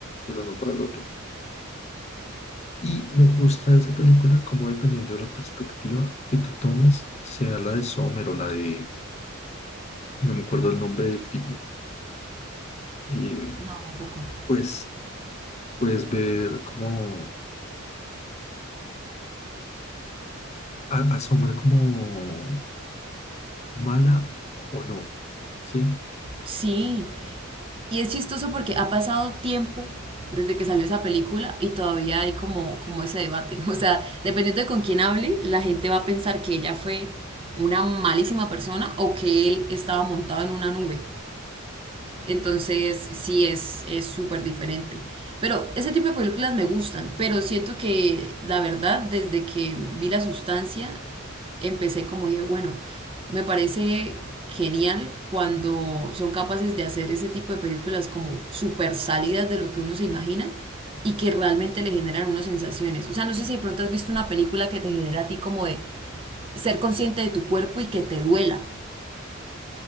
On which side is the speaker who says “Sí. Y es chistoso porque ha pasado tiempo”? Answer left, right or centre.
Right